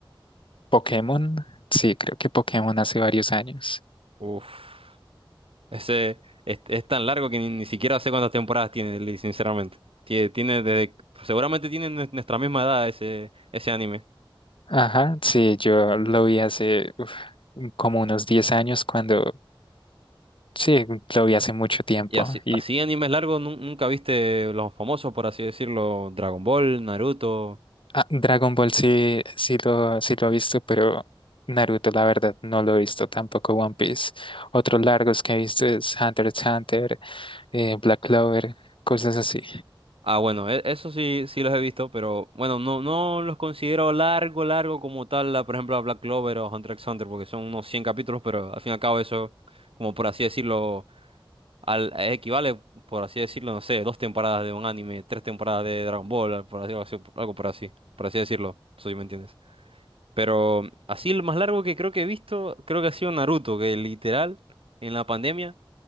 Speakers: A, on the left (about 65°); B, on the right (about 85°).
A: Pokémon, sí, creo que Pokémon hace varios años.
B: Uf. Ese es, es tan largo que ni, ni siquiera sé cuántas temporadas tiene, Lee, sinceramente. Tiene, tiene desde- seguramente tiene nue- nuestra misma edad ese, ese anime.
A: Ajá, sí, yo lo vi hace uf, como unos 10 años cuando... Sí, lo vi hace mucho tiempo
B: Y así,
A: y
B: así animes largos, nun- nunca viste los famosos, por así decirlo, Dragon Ball, Naruto.
A: Ah, Dragon Ball sí, sí lo, sí lo he visto, pero Naruto, la verdad, no lo he visto tampoco One Piece. Otros largos que he visto es Hunter x Hunter, eh, Black Clover, cosas así.
B: Ah, bueno, e- eso sí, sí los he visto, pero bueno, no, no los considero largo, largo como tal, la- por ejemplo, a Black Clover o Hunter x Hunter, porque son unos 100 capítulos, pero al fin y al cabo eso, como por así decirlo, al, eh, equivale, por así decirlo, no sé, dos temporadas de un anime, tres temporadas de Dragon Ball, por así, algo así, algo por así, por así decirlo, si me entiendes. Pero así lo más largo que creo que he visto, creo que ha sido Naruto, que literal en la pandemia,